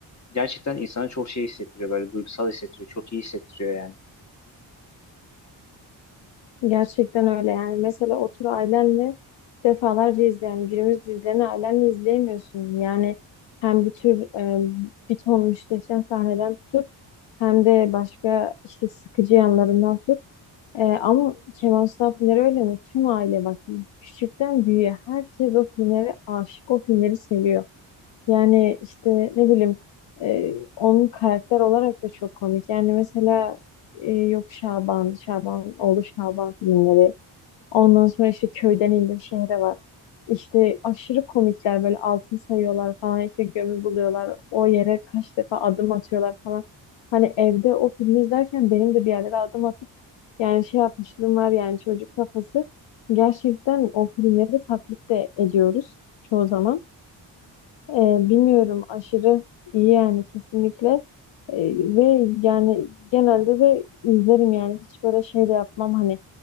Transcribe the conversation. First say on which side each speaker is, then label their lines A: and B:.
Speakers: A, on the left; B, on the left.
A: Gerçekten insana çok şey hissettiriyor böyle duygusal hissettiriyor. Çok iyi hissettiriyor yani.
B: Gerçekten öyle yani. Mesela otur ailenle defalarca izleyen günümüz dizilerini ailenle izleyemiyorsun. Yani hem bir tür e, bir ton müstehcen sahneden tut hem de başka işte sıkıcı yanlarından tut. E, ama Kemal Sunal filmleri öyle mi? Tüm aile bak küçükten büyüğe herkes o filmleri aşık o filmleri seviyor. Yani işte ne bileyim e, onun karakter olarak da çok komik. Yani mesela e, yok Şaban, Şaban, oğlu Şaban filmleri. Ondan sonra işte köyden indim şehre var. İşte aşırı komikler böyle altın sayıyorlar falan işte gömü buluyorlar. O yere kaç defa adım atıyorlar falan. Hani evde o filmi izlerken benim de bir yerlere adım atıp yani şey yapmışlığım var yani çocuk kafası. Gerçekten o filmleri taklit de ediyoruz çoğu zaman. Ee, bilmiyorum aşırı iyi yani kesinlikle Ee, ve yani genelde de izlerim yani hiç böyle şey de yapmam hani